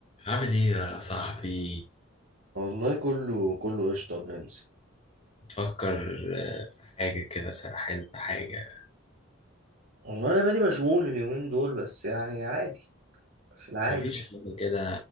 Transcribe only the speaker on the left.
عامل ايه يا صاحبي
تفكر حاجة كده سرحان في حاجة
مفيش حاجة كده